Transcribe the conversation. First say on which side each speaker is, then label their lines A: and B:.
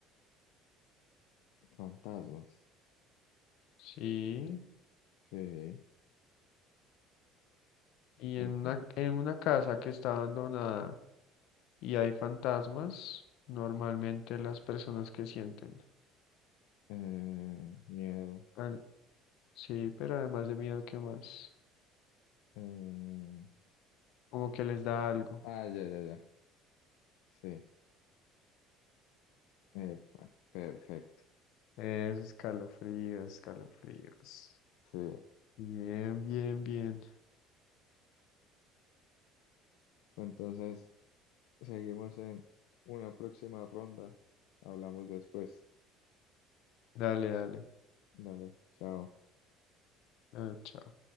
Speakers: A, on the left; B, on the left.
A: Fantasmas,
B: sí,
A: sí,
B: y
A: ok.
B: en una, en una casa que está abandonada y hay fantasmas, normalmente las personas que sienten.
A: Eh, miedo.
B: al- Sí, pero además de miedo, ¿qué más?
A: eh,
B: Como que les da algo.
A: Ah, ya, ya, ya. Sí, epa, perfecto.
B: Eso, escalofríos, escalofríos.
A: Sí.
B: Bien, bien, bien.
A: Entonces, seguimos en una próxima ronda. Hablamos después.
B: Dale, dale.
A: Dale, chao.
B: Ah, chao.